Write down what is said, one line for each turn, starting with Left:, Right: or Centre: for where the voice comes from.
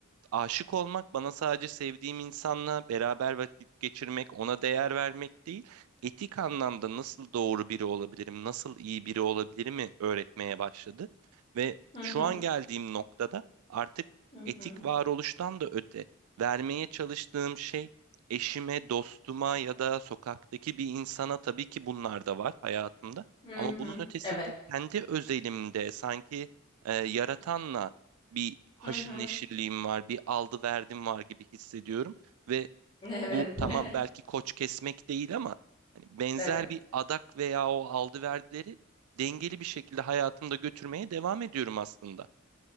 Right: aşık olmak bana sadece sevdiğim insanla beraber vakit geçirmek, ona değer vermek değil, etik anlamda nasıl doğru biri olabilirim, nasıl iyi biri olabilirimi öğretmeye başladı. Ve
Left: Hı
Right: şu
Left: hı.
Right: an geldiğim noktada artık
Left: Hı
Right: etik
Left: hı.
Right: varoluştan da öte vermeye çalıştığım şey eşime, dostuma ya da sokaktaki bir insana tabii ki bunlar da var hayatımda.
Left: Hı
Right: Ama
Left: hı.
Right: bunun ötesinde
Left: Evet.
Right: kendi özelimde sanki e, yaratanla bir haşır
Left: Hı hı.
Right: neşirliğim var, bir aldı verdim var gibi hissediyorum ve
Left: Evet.
Right: bu
Left: <laughs>
Right: tamam belki koç kesmek değil ama hani benzer
Left: Evet.
Right: bir adak veya o aldı verdileri dengeli bir şekilde hayatımda götürmeye devam ediyorum aslında.